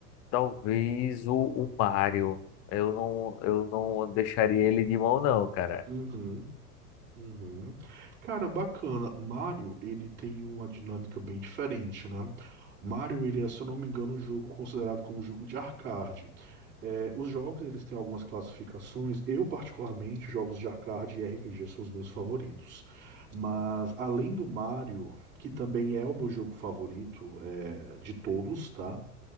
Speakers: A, on the left (about 30°); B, on the right (about 25°).
A: Talvez o, o Mario. Eu não, eu não deixaria ele de mão, não, cara.
B: Uhum. Uhum. Cara, bacana. Mario, ele tem uma dinâmica bem diferente, né? Mario, ele é, se eu não me engano, um jogo considerado como um jogo de arcade. É, os jogos, eles têm algumas classificações. Eu, particularmente, jogos de arcade e RPG são os meus favoritos. Mas, além do Mario, que também é o meu jogo favorito, é, de todos, tá?